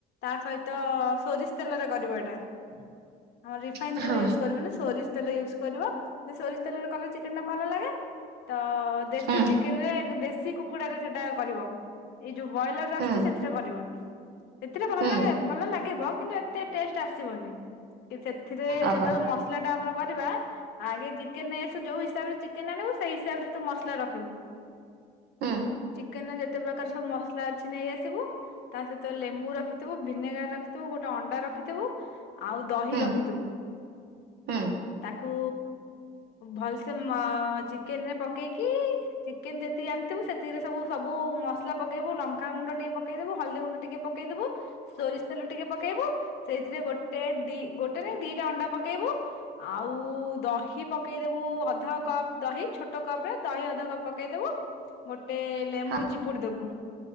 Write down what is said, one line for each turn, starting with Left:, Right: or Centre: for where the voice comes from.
Left: ତା ସହିତ ସୋରିଷ ତେଲରେ କରିବ ଏଇଟା।
Right: <inaudible>
Left: ଆମର ରିଫାଇନ ତେଲ
Right: ହଁ
Left: ୟୁଜ୍ କରିବନି ସୋରିଷ ତେଲ ୟୁଜ କରିବ ସେ ସୋରିଷ ତେଲରେ କଲେ ଚିକ ନ୍ ଟା ଭଲ ଲାଗେ ତ ଦେଶୀ
Right: ହଁ
Left: ଚିକେନ ରେ ଦେଶୀ କୁକୁଡାରେ ସେଟା କରିବ। ଏଇ ଯୋଉ ବ୍ରଏଲର
Right: ହଁ
Left: ଆସିୁଛି ସେଥିରେ କରିବନି। ସେଥିରେ ଭଲ
Right: ହୁଁ
Left: ଲାଗେ ଭଲ ଲାଗିବ କିନ୍ତୁ ଏତେ ଟେଷ୍ଟ ଆସିବନି। କି ସେଥିରେ
Right: ଓହୋ
Left: ଯେତେବେଳେ ମସଲା ଟା ଆମର କରିବା ଆଗେ ଚି କେନେ ନେଇଆସିବୁ ଯୋଉ ହିସାବରେ ଚିକେନ ଆଣିବୁ ସେଇ ହିସାବରେ ତୁ ମସଲା ରଖିବୁ।
Right: ହୁଁ
Left: ଚିକେନ ନା ଯେତେ ପ୍ରକାର ସବୁ ମସଲା ଅଛି ନେଇଆସିବୁ ତା ସହିତ ଲେମ୍ବୁ ରଖିଥିବୁ ଭିନେଗାର ରଖିଥିବୁ ଗୋଟେ ଅଣ୍ଡା ରଖିଥିବୁ ଆଉ ଦହି
Right: ହୁଁ
Left: ରଖିଥିବୁ।
Right: ହୁଁ
Left: ତାକୁ ଭଲସେ ମ ଚିକେନରେ ପକେଇକି ଚିକେନ ଯେତିକି ଆଣିଥିବୁ ସେତିରେ ସବୁ ସବୁ ମସଲା ମସଲା ପକେଇବୁ ଲଙ୍କାାଗୁଣ୍ଡ ଟିକେ ପକେଇଦବୁ ହଳଦୀ ଗୁଣ୍ଡ ଟିକେ ପକେଇଦବୁ ସୋରିଷ ତେଲ ଟିକେ ପକେଇବୁ ସେଇଥିରେ ଗୋଟେ ଦି ଗୋଟେ ନାଇ ଦିଟା ଅଣ୍ଡା ପକେଇବୁ ଆଉ ଦହି ପକେଇଦବୁ। ଉ ଅଧ କପ ଦହି ଛୋଟ କପ ରେ ଦହି ଅଧ କପ୍ ପକେଇଦେବୁ। ଗୋଟେ ଲେମ୍ବୁ
Right: ହଁ
Left: ଚିପୁଡ଼ି ଦେବୁ